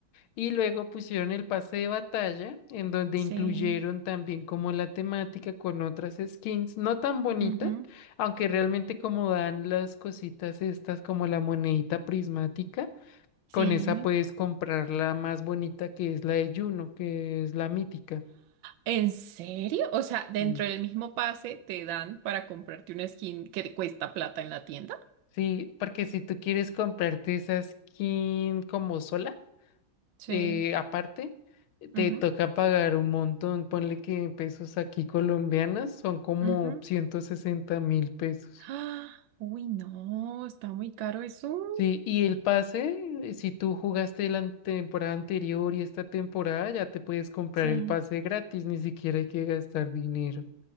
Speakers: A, on the left (about 85°); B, on the right (about 75°).
A: Y luego pusieron el pase de batalla, en donde
B: sí,
A: incluyeron también como la temática con otras skins, no tan bonitas,
B: ujú,
A: aunque realmente como dan las cositas estas como la monedita prismática.
B: sí.
A: Con esa puedes comprar la más bonita que es la de Juno, que es la mítica.
B: ¿En serio? O sea, dentro
A: Sí.
B: del mismo pase te dan para comprarte una skin que te cuesta plata en la tienda.
A: Sí, porque si tú quieres comprarte esa skin como sola,
B: Sí,
A: eh, aparte, te
B: ujú,
A: toca pagar un montón. Ponle que en pesos aquí colombianas son como
B: ujú.
A: ciento sesenta mil pesos.
B: <gasps> ¡Ah! Uy, no, está muy caro eso.
A: Sí, y el pase, eh, si tú jugaste la an- temporada anterior y esta temporada, ya te puedes comprar
B: Sí.
A: el pase gratis, ni siquiera hay que gastar dinero.